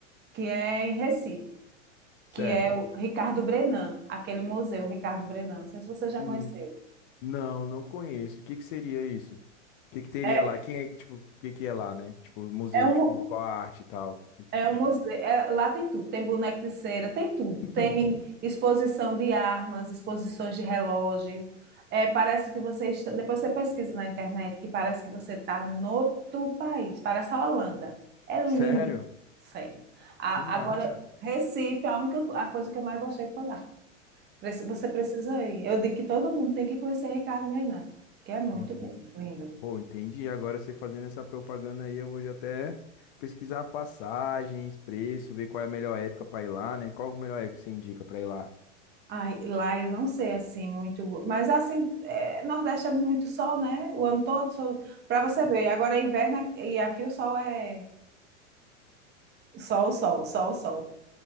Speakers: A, on the right; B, on the left.
A: que é em Recife.
B: certo.
A: que é o Ricardo Brennand, aquele museu Ricardo Brennand, Não sei se você já
B: Hum.
A: conheceu.
B: Não, não conheço. O que que seria isso? O que que teria
A: É,
B: lá? Quem é, que, tipo, o que que é lá, né? Tipo, museu,
A: é um,
B: tipo, qual a arte e tal? Aqui
A: é
B: para
A: um museu,
B: aqui.
A: é- lá tem tudo, tem boneco de cera, tem tudo,
B: <laughs>
A: tem exposição de armas, exposições de relógios. É, parece que você está, depois você pesquisa na internet que parece que você está no outro país, parece a Holanda. É lindo,
B: Sério?
A: sério. A-
B: Que massa.
A: agora, Recife, a única co- a coisa que eu mais gostei foi lá. Prec- Você precisa ir. Eu digo que todo mundo tem que conhecer Ricardo Meirelles, que é muito
B: Entendi.
A: bom, lindo.
B: Pô, entendi. Agora você fazendo essa propaganda aí, eu vou já até pesquisar passagens, preço, ver qual é a melhor época para ir lá, né? Qual a melhor época que você indica para ir lá?
A: Ai, lá eu não sei assim muito, mas assim, é, Nordeste é muito sol, né? O ano todo, sol, para você ver. Agora é inverno aqui- e aqui o sol é sol, sol, sol, sol.